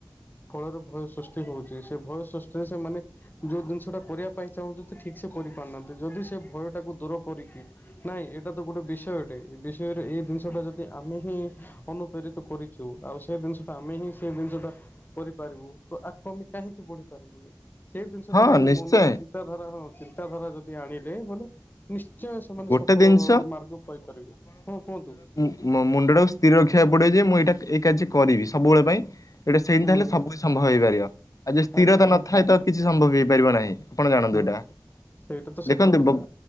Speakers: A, on the left; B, on the left.
A: ଫଳରେ ଭୟ ସୃଷ୍ଟି ହଉଛି ସେ ଭୟ ସୃଷ୍ଟିରେ ସେମାନେ ଯୋଉ ଜିନିଷ ଜଉଟା କରିବା ପାଇଁ ଚାହୁଁଛନ୍ତି ଠିକ୍ ସେ କରିପାରୁନାହାନ୍ତି ଯଦି ସେ ଭୟଟାକୁ ଦୂର କରିକି ନାଇଁ ଏଇଟା ତ ଗୋଟେ ବିଷୟଟେ ଏ ବିଷୟରେ ଏଇ ଜିନିଷ ଟା ଯଦି ଆମେ ହିଁ ଅନୁପ୍ରେରିତ କରିଛୁ ଆଉ ସେ ଜିନିଷଟା ଆମେ ହିଁ ସେ ଜିନିଷଟା କରିପାରିବୁ ତ ଆକୁ ଆମେ କାହିଁକି ବଢି ପାରିବୁନି। ସେଇ ଜିନିଷ
B: ହଁ
A: ଟା ଯଦି
B: ନିଶ୍ଚୟ
A: ମନରେ ଚିନ୍ତାଧାରା ହଁ ଚିନ୍ତାଧାରା ଯଦି ଆଣିଲେ ବୋଲି ନିଶ୍ଚୟ ସେମାନେ
B: ଗୋଟେ
A: ସଫଳ
B: ଜିନିଷ
A: ମାର୍ଗ ପାଇ ପାରିବେ ହଁ କୁହନ୍ତୁ।
B: ମୋ ମୁଣ୍ଡ ଟାକୁ ସ୍ଥିର ରଖିବାକୁ ପଡିବ ଯେ ମୁଁ ଏଇଟା ଏଇ କାର୍ଯ୍ୟ କରିବି ସବୁବେଳେ ପାଇଁ ଏଇଟା ସେଇନ୍ତା
A: ହୁଁ
B: ହେଲେ ସବୁକିଛି ସମ୍ଭବ ହେଇପାରିବ ଆଉ ଯଦି ସ୍ଥିରତା
A: ଆଜ୍ଞା ଆଜ୍ଞା
B: ନଥାଏ ତ କିଛି ସମ୍ଭବ ହେଇପାରିବ ନାହିଁ। ଆପଣ ଜାଣନ୍ତୁ
A: ହୁଁ
B: ଏଇଟା
A: ସେଇଟା ତ ସତ
B: ଦେଖନ୍ତୁ
A: କଥା
B: ବବ୍